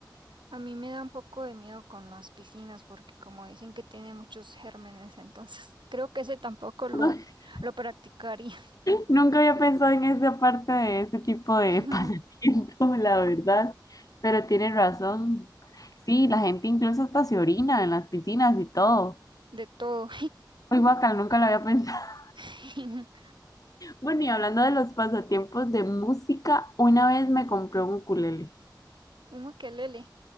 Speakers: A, on the right (about 80°); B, on the left (about 50°).
A: a mí me da un poco de miedo con las piscinas porque como dicen que tiene muchos gérmenes, entonces <laughs> creo que ese tampoco lo,
B: <laughs>
A: lo practicaría.
B: Nunca había pensado en esa parte de ese tipo de
A: <laughs>
B: <laughs> pasatiempo, la verdad, pero tienes razón. Sí, la gente incluso hasta se orina en las piscinas y todo.
A: De todo.
B: Muy bacán, nunca lo había pensado. <laughs>
A: <laughs>
B: Bueno, y hablando de los pasatiempos de música, una vez me compré un ukulele.
A: Un ukelele.